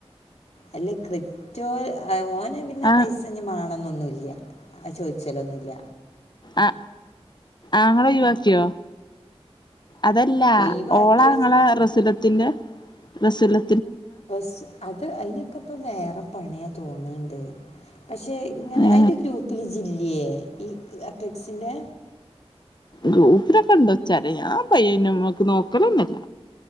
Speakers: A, on the left (about 80°); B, on the left (about 45°).
A: അല്ല കൃപ്പ് റ്റോഓന് <unintelligible>
B: ആഹ്
A: പൈസ് കാണന്നൊന്നുമല്ല ആ ചോദിച്ചലൊന്നുമല്ല
B: ആ ആങ്ങളെയ് വാക്കിയോ അതല്ല
A: ഒഴിവാക്കിയ
B: ഓളാങ്ങളെ
A: ചെ-
B: റസുലത്തിന്റെ റസുല്
A: സ് അത് അയ്നിപ്പാെക്കെ വേറെ പണിയാ തോന്ന്ണ്ട് പ പക്ഷെ ങ്ങനെ
B: ഏ
A: അയ്ന്റെ ഗ്രൂപ്പിൽ ജി എ ഈ അപ്പെക്സിന്റെ
B: ഗ്രൂപ്പ്ലൊക്കെണ്ടാെ ച്ചരി ഞാൻ പയ്യന്ന്മക്ക് നോക്കലന്നല്ല